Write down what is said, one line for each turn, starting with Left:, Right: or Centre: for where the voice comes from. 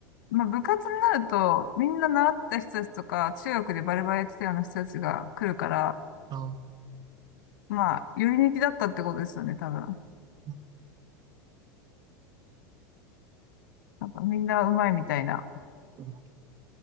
Left: まあ、部活になると、みんな習ってた人たちとか、中学でバレバレやってたような人たちが来るから、
Right: あ、
Left: まあ、より抜きだったってことですよね、多分。
Right: うん
Left: なんかみんな上手いみたいな。
Right: うま